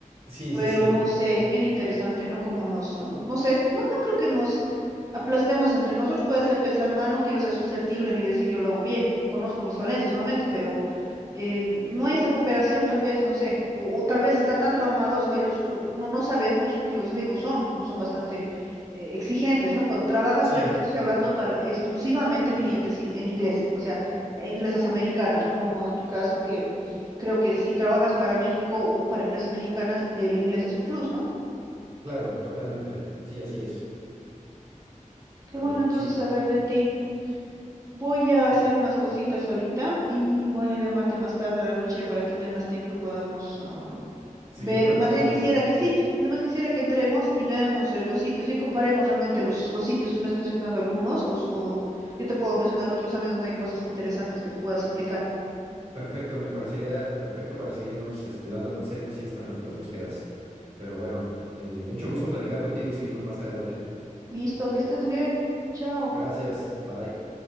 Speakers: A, on the right (about 45°); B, on the right (about 25°).
A: Sí,
B: Pero
A: sí, sí,
B: no sé, es bien interesante, ¿no? Como nos, ah, no sé, no, no creo que nos Aplastemos entre nosotros, puede ser pensar mal, no quiero ser susceptible ni decir yo lo hago bien, conozco mis falencias nuevamente, pero eh, no hay esa cooperación tal vez, no sé, o, o tal vez están tan traumados o ellos, o no, no sabemos que los gringos son, son bastante eh, exigentes, ¿no? Cuando trabajas,
A: sí,
B: obviamente estoy hablando para exclusivamente clientes in- en inglés, o sea, empresas americanas, no en tu caso que mm, creo que si trabajas para México o para empresas mexicanas, el inglés es un plus, ¿no?
A: claro, totalmente. Sí, así es.
B: Qué
A: Pero
B: bueno entonces
A: sí,
B: saber de ti. Voy a hacer
A: y
B: unas cositas ahorita y voy a llamarte más tarde a la noche para tener más tiempo y podamos ah,
A: seguir
B: ver.
A: platicando.
B: Más bien quisiera que sí, y además quisiera que entremos y veamos eh, los sitios y comparemos realmente los, los sitios. Tú me has mencionado algunos o, s- o yo te puedo mencionar otros también donde hay cosas interesantes que te puedas aplicar.
A: Perfecto, me parecería perfecto para seguirnos este, dando consejos y esto en nuestras búsquedas. Pero bueno, eh, mucho gusto platicar contigo y seguimos más adelante.
B: Listo, que estés bien. Chao.
A: Gracias, bye.